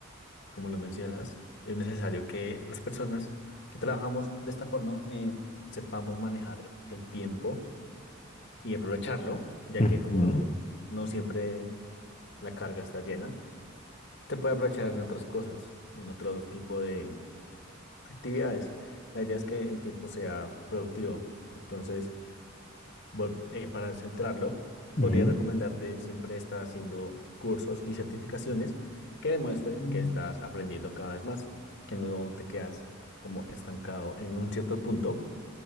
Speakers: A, on the left; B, on the left.
A: como lo mencionas, es necesario que las personas que trabajamos de esta forma eh, sepamos manejar el tiempo y aprovecharlo, ya
B: Ujú,
A: que como no, no siempre la carga está llena, te puede aprovechar en otras cosas, en otro tipo de actividades. La idea es que el tiempo sea productivo. Entonces, Bueno, eh, para centrarlo,
B: ujú.
A: podría recomendarte siempre estar haciendo cursos y certificaciones que demuestren
B: Mm.
A: que estás aprendiendo cada vez más, que no te quedas como estancado en un cierto punto,